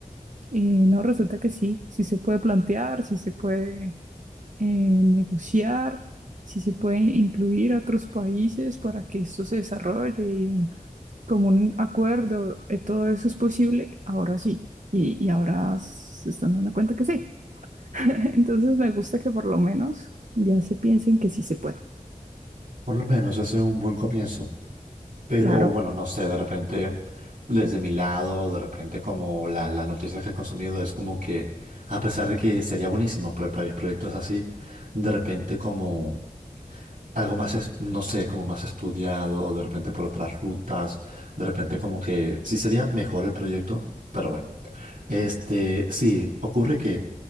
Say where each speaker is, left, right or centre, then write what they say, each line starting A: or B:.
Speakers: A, on the right; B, on the right.
A: Eh, no, resulta que sí, sí se puede plantear, sí se puede eh, negociar, sí se puede incluir a otros países para que esto se desarrolle como un acuerdo, eh, todo eso es posible, ahora sí. Y, y ahora se están dando cuenta que sí. <laughs> Entonces me gusta que por lo menos ya se piensen que sí se puede.
B: Por lo menos ese es un buen comienzo. Pero
A: Claro,
B: bueno, no sé, de repente, desde mi lado, de repente como la, la noticia que he consumido es como que, a pesar de que sería buenísimo para el país proyectos así, de repente como algo más, es- no sé, como más estudiado, o de repente por otras rutas, de repente como que sí sería mejor el proyecto, pero bueno. Este, sí, ocurre que